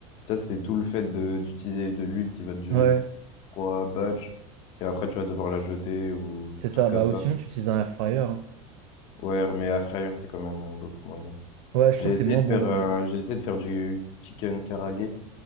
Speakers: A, on the left; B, on the right.
A: Ça, c'est tout le fait de- d'utiliser de, l'huile qui va te durer
B: Ouais, Ouais,
A: pour trois batchs. Et après, tu vas devoir la jeter ou des
B: c'est ça.
A: trucs comme
B: Bah, ou
A: ça.
B: sinon, tu utilises un air fryer. hein.
A: Ouais, mais à frire, c'est quand même euh, beaucoup moins bien.
B: Ouais, je
A: J'ai
B: trouve
A: essayé
B: que c'est moins
A: de
B: bon,
A: faire, euh,
B: ouais.
A: j'ai essayé de faire du chicken karage,